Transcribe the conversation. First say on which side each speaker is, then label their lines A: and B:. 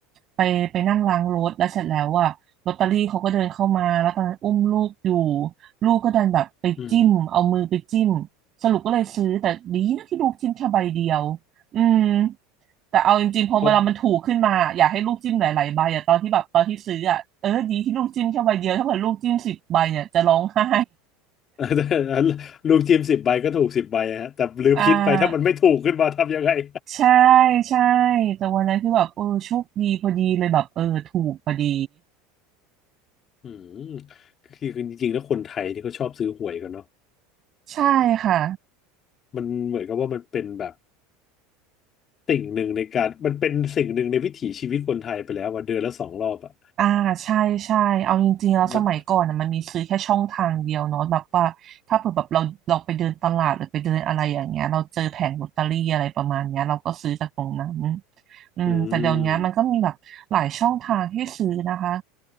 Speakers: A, on the right; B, on the left.
A: ไปไปนั่งล้างรถแล้วเสร็จแล้วอ่ะลอตเตอรี่เขาก็เดินเข้ามาแล้วตอนนั้นอุ้มลูกอยู่ลูกก็ดันแบบไปจิ้มเอามือไปจิ้ม
B: อืม
A: สรุปก็เลยซื้อแต่ดีนะที่ลูกจิ้มแค่ใบเดียวอืมแต่เอาจริงๆพอเวลามันถูกขึ้นมาอยากให้ลูกจิ้มหลายๆใบอะตอนที่แบบตอนที่ซื้ออะเออดีที่ลูกจิ้มแค่ใบเดียวถ้าเกิดลูกจิ้มสิบใบเนี่ยจะร้องไห้
B: เพราะ <laughs> ลูกทีมสิบใบก็ถูกสิบใบฮะแต่ลืมคิดไปถ้ามันไม่ถูกขึ้นมาทำยังไง
A: อ่า
B: <laughs>
A: ใช่ใช่แต่วันนั้นคือแบบเออโชคดีพอดีเลยแบบเออถูกพอดี
B: อืมคือคือจริงๆแล้วคนไทยที่เขาชอบซื้อหวยกันเนาะ
A: ใช่ค่ะ
B: มันเหมือนกับว่ามันเป็นแบบสิ่งหนึ่งในการมันเป็นสิ่งหนึ่งในวิถีชีวิตคนไทยไปแล้วว่าเดือนละสองรอบอ่ะ
A: อ่าใช่ใช่เอาจริงๆแล้วสมัยก่อนน่ะมันมีซื้อแค่ช่องทางเดียวเนาะแบบว่าถ้าเผื่อแบบเราเราไปเดินตลาดหรือไปเดินอะไรอย่างเงี้ยเราเจอแผงลอตเตอรี่อะไรประมาณเนี้ยเราก็ซื้อจากตรงนั้น
B: มัน
A: อืมแต่เดี๋ยวเนี้ยมันก็มีแบบหลายช่องทางให้ซื้อนะคะ
B: อืม